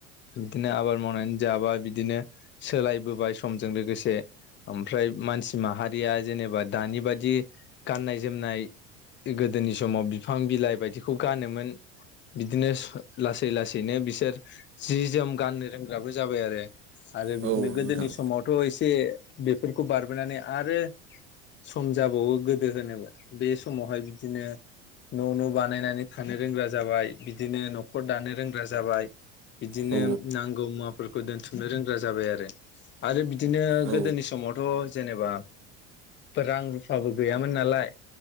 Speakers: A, on the left (about 35°); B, on the right (about 40°).
A: बिदिनो आबाद मावनानै जाबा बिदिनो सोलायबोबाय समजों लोगोसे ओमफ्राय मानसि माहारिया जेनेबा दानि बादि बिदि गाननाय जोमनाय गोदोनि समाव बिफां बिलाइ बायदिखौ गानोमोन बिदिनो लासै लासैनो बिसोर सि जोम गाननो रोंग्राबो जाबाय आरो आरो
B: औ
A: बिदिनो गोदोनि
B: नोंथां
A: समावथ' एसे बेफोरखौ बारबोनानै आरो सम जाबावो गोदो होनोबा बे समावहाय बिदिनो न' न' बानायनानै थानो रोंग्रा जाबाय बिदिनो न'खर दानो रोंग्रा जाबाय बिदिनो
B: औ
A: नांगौ मुवाफोरखौ दोनथुमनो रोंग्रा जाबाय आरो आरो बि बिदिनो
B: औ
A: गोदोनि समावथ' जेनेबा रां रुफाबो गैयामोन नालाय